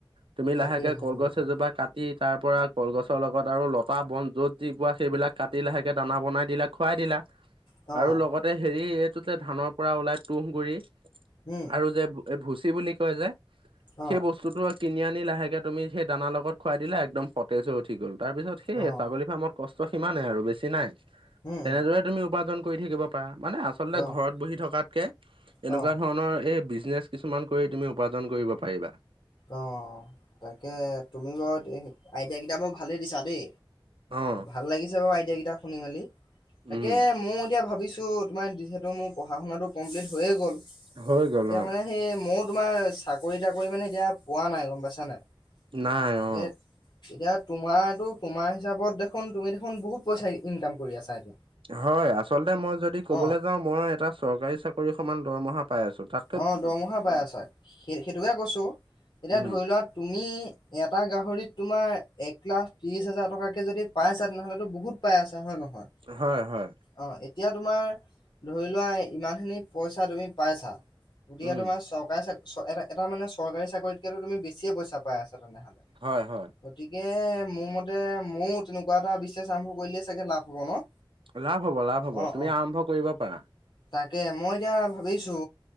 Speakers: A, on the right; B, on the left.
A: তুমি
B: থাকেই
A: লাহেকে
B: থাকেই
A: কলগছ
B: হয়।
A: এজোপা কাটি তাৰ পৰা কলগছৰ লগত আৰু লতা বন য'ত যি কোৱা সেইবিলাক কাটি লাহেকে দানা বনাই দিলাক খুৱাই দিলা।
B: অ',
A: আৰু লগতে হেৰি এইটো যে ধানৰ পৰা ওলাই তুঁহ গুৰি
B: উম,
A: আৰু যে এই ভুচি বুলি কয় যে
B: অ',
A: সেই বস্তুটো কিনি আনি লাহেকে তুমি সেই দানা লগত খুৱাই দিলা একদম সতেজ হৈ উঠি গল তাৰপিছত সেইয়
B: অ',
A: ছাগলী ফাৰ্মত কষ্ট সিমানেই আৰু বেছি নাই
B: উম,
A: তেনেদৰে
B: উম,
A: তুমি উপাৰ্জন কৰি থাকিব পাৰা মানে আৰু আচলতে
B: অ',
A: ঘৰত বহি থকাতকে
B: অ',
A: এনেকুৱা ধৰণৰ এই বিজনেছ কিছুমান কৰি তুমি উপাৰ্জন কৰিব পাৰিবা।
B: অ', তাকে তুমি বৰ আইডিয়া কেইটা মোৰ ভালেই দিছা দেই
A: অ
B: ভাল লাগিছে বাৰু আইডিয়া কেইটা শুনি মেলি তাকে
A: উম
B: ময়ো এতিয়া ভাবিছোঁ তোমাৰ যিহেতু মোৰ পঢ়া শুনাটো কমপ্লিট হৈয়ে গ'ল
A: হৈ গ'ল
B: এতিয়া
A: অ
B: মানে সেই মইও তোমাৰ চাকৰি তাকৰি মানে এতিয়া পোৱা নাই গ'ম পাইছ নাই তাকে
A: নাই অ
B: এতিয়া তোমাৰো তোমাৰ হিচাপত দেখোন তুমি দেখোন বহুত পইচা ইনকাম কৰি আছা এতিয়া
A: হয় আচলতে মই যদি ক'বলৈ
B: অ'।
A: যাওঁ মই এটা চৰকাৰী চাকৰি সমান দৰমহা পাই আছোঁ তাত
B: অ', দৰমহা পাই আছা সেই সেইটোকে কৈছো এতিয়া
A: উম
B: ধৰি লোৱা তুমি এটা গাহৰিত তোমাৰ এক লাখ ত্ৰিশ হাজাৰ টকাকে যদি পাইছা তেনেহ'লেতো বহুত পাই আছা হয় নহয়।
A: হয়, হয়।
B: অ', এতিয়া তোমাৰ ধৰি লোৱা ইমানখিনি পইচা তুমি পাইছা গতিকে
A: উম
B: তোমাৰ চৰকাৰ চাকৰি এটা মানে চৰকাৰী চাকৰিতকেতো তুমি বেছিয়ে পইচা পাই আছা তেনেহ'লে
A: হয়, হয়।
B: গতিকে মোৰ মতে ময়ো তেনেকুৱা এটা বিজনেচ আৰম্ভ কৰিলে চাগে লাভ হ'ব ন।
A: লাভ হ'ব লাভ হ'ব
B: অ
A: তুমি
B: অ
A: আৰম্ভ কৰিব পাৰা।
B: তাকে মই এতিয়া ভাবিছোঁ